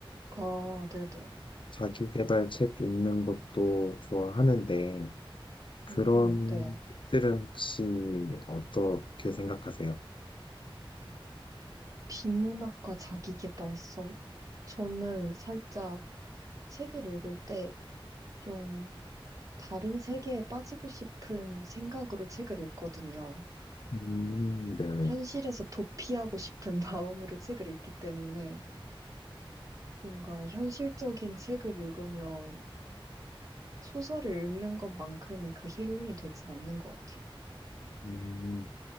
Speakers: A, on the right (about 35°); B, on the left (about 60°).
A: 아, 네네.
B: 자기계발 책 읽는 것도 좋아하는데 그런
A: 음, 네.
B: 책들은 혹시 어떻게 생각하세요?
A: 비문학과 자기계발서? 저는 살짝 책을 읽을 때 좀 다른 세계에 빠지고 싶은 생각으로 책을 읽거든요.
B: 음, 네네.
A: 현실에서 도피하고 싶은 <laughs> 마음으로 책을 읽기 때문에 뭔가 현실적인 책을 읽으면 소설을 읽는 것만큼의 그 힐링이 되진 않는 것 같아요.
B: 음,